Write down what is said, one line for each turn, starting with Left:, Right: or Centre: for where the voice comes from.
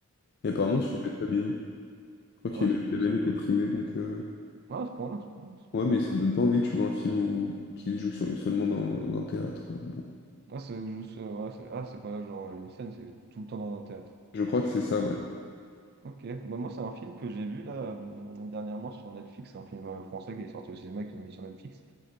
Left: Et apparemment,
Right: Ok,
Left: ce film est très bien. Je crois
Right: Ça
Left: qu'il
Right: va,
Left: a
Right: ça
Left: même,
Right: peut
Left: il
Right: être
Left: a même
Right: sympa.
Left: été primé, donc... euh,
Right: Ah, à ce point-là, c'est pas c'est
Left: Ouais,
Right: pas mal.
Left: mais ça me donne pas envie, tu vois, un film où... qui se joue sur, seulement dans, dans un théâtre. euh, Bon.
Right: Ah, c'est juste, euh, ouais, c'est- ah, c'est pas genre euh, une scène, c'est tout le temps dans un théâtre.
Left: Je crois que c'est ça, ouais.
Right: Ok, bah, moi, c'est un film que j'ai vu là euh, dernièrement sur Netflix, c'est un film euh, français qui est sorti au cinéma et qui l'ont mis sur Netflix.